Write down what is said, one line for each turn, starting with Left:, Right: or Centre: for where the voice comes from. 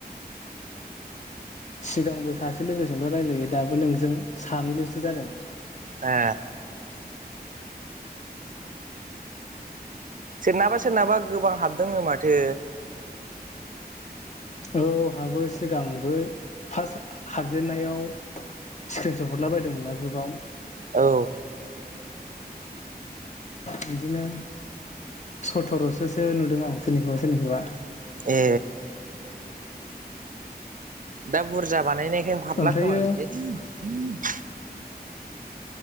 Left: सिगांबो सासे लोगोजोंल' रायलायो दाबो नोंजों सानैल'सो जादों।
Right: ए
Left: <inaudible>
Right: सोरनाबा सोरनाबा गोबां हाबदोंनो माथो
Left: औहाबो सिगांबो फार्स्ट हाबजेनन्नायाव स्क्रिनसट हरला बायदोंमोन ना ग्रुपयाव
Right: औ
Left: बिदिनो सथरसोसो नुदों आं सोरनिखौबा सोरनिखौबा
Right: ए दा बुरजा बानायनाय। हाबला
Left: ओमफ्रायो
Right: खोमा बिदि <unintelligible>